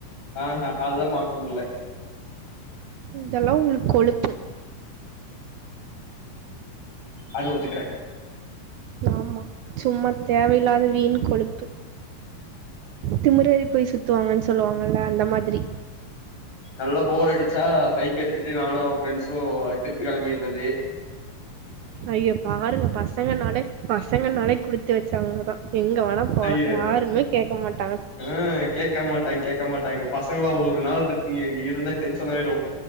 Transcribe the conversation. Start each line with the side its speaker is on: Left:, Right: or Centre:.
Left: ஆ ஹா அதுதா பாக்க முல்ல
Right: இதெல்லா உங்குளுக் கொழுப்பு
Left: அது ஒத்துக்குரே
Right: நாம்மா சும்மா தேவையில்லாத வீண் கொழுப்பு திமுறேரி போய் சுத்துவாங்கன் சொல்லுவாங்கல்ல அந்த மாதுரி
Left: நல்லா போர் அடிச்சா பைக் எடுத்துட்டு நானு ஃப்ரெண்ட்ஸு அ டரிப்பு களம்பிற்றது
Right: ஐய பாருங்க பசங்கன்னாலே பசங்கன்னாலே குடுத்து வச்சவுங்கதா எங்க வணா போலா
Left: ஏ
Right: கேக்க மட்டா
Left: உ கேக்க மாட்டாங் கேக்க மாட்டாய்ங்க பசங்களா ஒரு நாள் ருக்கிங்கி இருந்தா டென்ஷன் ஆயிரு